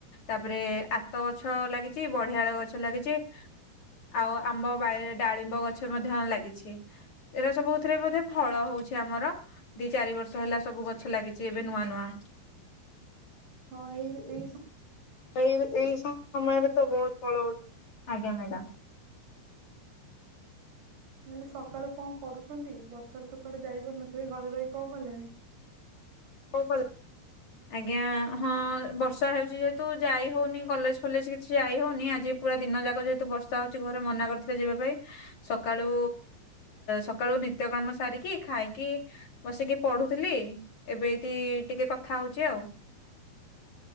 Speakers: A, on the left; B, on the right.
A: ତାପରେ ଆତ ଗଛ ଲାଗିଚି ବଢିଆଳ ଗଛ ଲାଗିଚି। ଆଉ ଆମ୍ବ ବାଇଏ ଡାଳିମ୍ବ ଗଛ ମଧ୍ୟ ଲାଗିଛି ଏରା ସବୁଥିରେ ବୋଧେ ଫଳ ହୋଉଛି ଆମର। ଦି ଚାରି ବର୍ଷ ହେଲା ସବୁ ଗଛ ଲାଗିଚି ଏବେ ନୂଆ ନୂଆ।
B: ହଁ ଏଇବା ଏଇ
A: ଏଇବା ଏଇ ସମୟରେ ତ ବହୁତ ଫଳ ହଉଥିବ। ଆଜ୍ଞା ମ୍ୟାଡ଼ାମ।
B: ମୁଁ କହିଲି, ସକାଳୁ କଣ କରୁଛନ୍ତି ବର୍ଷାରେ ତୁ କୁଆଡେ ଯାଇପାରୁନଥିବେ। ଘରେ ରହି କଣ କଲେଣି?
A: ଓ ଭ ଆଜ୍ଞା ହଁ ବର୍ଷା ହେଉଛି ଯେହେତୁ ଯାଇ ହଉନି କଲେଜ ଫଲେଜ କିଛି ଯାଇ ହଉନି। ଆଜି ପୁରା ଦିନ ଯାକ ଯେହେତୁ ବର୍ଷା ହଉଛି ଘରେ ମନା କରିଥିଲେ ଯିବା ପାଇଁ। ସକାଳୁ, ସକାଳୁ ନିତ୍ୟ କାମ ସାରିକି ଖାଇକି ବସିକି ପଢୁଥିଲି, ଏବେ ହେଇଟି ଟିକେ କଥା ହଉଛି ଆଉ।